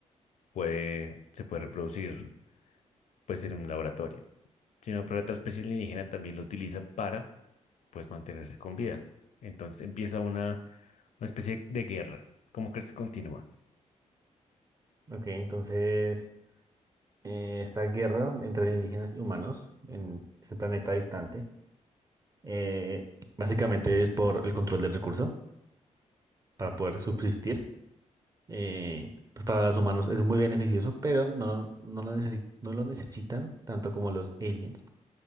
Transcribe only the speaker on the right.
Ok, entonces, eh, esta guerra entre indígenas y humanos en este planeta distante, eh, básicamente es por el control del recurso para poder subsistir. eh, pues para los humanos es muy beneficioso, pero no, no lo necesi- no lo necesitan tanto como los aliens,